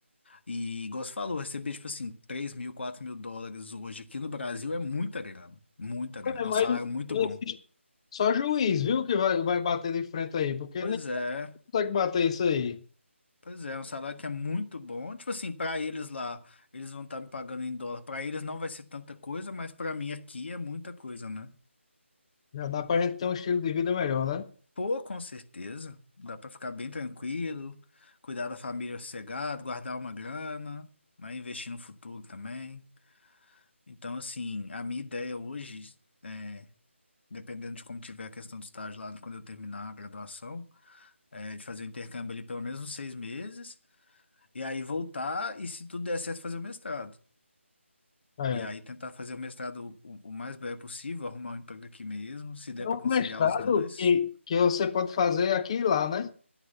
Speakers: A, on the left (about 55°); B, on the left (about 25°).
A: E, igual você falou, receber, tipo assim, 3 mil, 4 mil dólares hoje aqui no Brasil é muita grana, muita grana,
B: Mas é mais,
A: é um salário
B: não
A: muito bom.
B: existe. Só juiz, viu, que vai, vai bater de frente aí, porque
A: Pois
B: nem
A: é,
B: consegue bater isso aí.
A: pois é, é um salário que é muito bom. Tipo assim, para eles lá, eles vão estar me pagando em dólar. Para eles não vai ser tanta coisa, mas para mim aqui é muita coisa, né?
B: Já dá para a gente ter um estilo de vida melhor, né?
A: Pô, com certeza. Dá pra ficar bem tranquilo, cuidar da família sossegado, guardar uma grana, né? Investir no futuro também. Então, assim, a minha ideia hoje é, dependendo de como tiver a questão do estágio lá quando eu terminar a graduação, é de fazer o intercâmbio ali pelo menos uns seis meses, e aí voltar e, se tudo der certo, fazer o mestrado.
B: É.
A: E aí tentar fazer o mestrado o, o mais breve possível, arrumar um emprego aqui mesmo, se der
B: É
A: pra
B: um
A: conciliar
B: mestrado
A: os dois.
B: que, que você pode fazer aqui e lá, né?